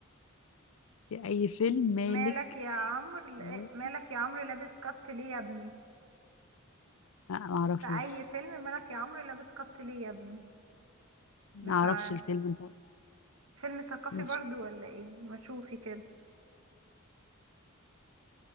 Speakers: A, on the left; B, on the right.
A: في اي فيلم مالك
B: مالك يا عمرو لا-
A: لا
B: مالك يا عمرو لابس قط ليه يا ابني
A: ما اعرفوش
B: في اي فيلم مالك يا عمرو لابس قط ليه يا ابني
A: ما
B: مش
A: اعرفش
B: عارف
A: الفيلم ده
B: فيلم ثقافي
A: نشوف.
B: برضو ولا ايه ما شوفي كده